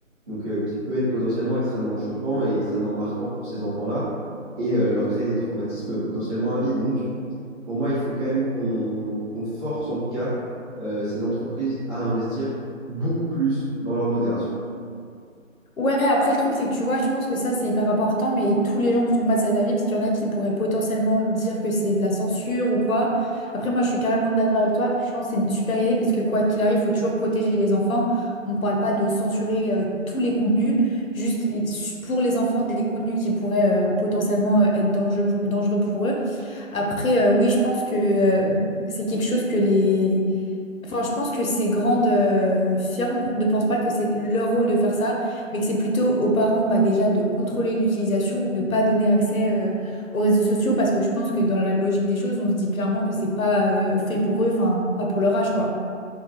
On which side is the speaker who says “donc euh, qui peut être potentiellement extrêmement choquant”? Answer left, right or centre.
Right